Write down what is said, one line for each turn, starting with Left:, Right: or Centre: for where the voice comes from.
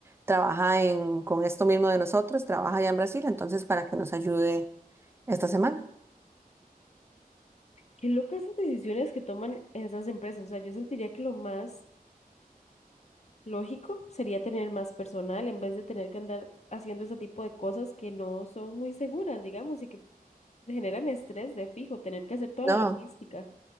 Right: Trabaja en, con esto mismo de nosotros, trabaja allá en Brasil, entonces para que nos ayude esta semana.
Left: Qué locas esas decisiones que toman esas empresas. O sea, yo sentiría que lo más lógico sería tener más personal en vez de tener que andar haciendo ese tipo de cosas que no son muy seguras, digamos, y que generan estrés de fijo, tener que hacer toda
Right: No,
Left: la logística.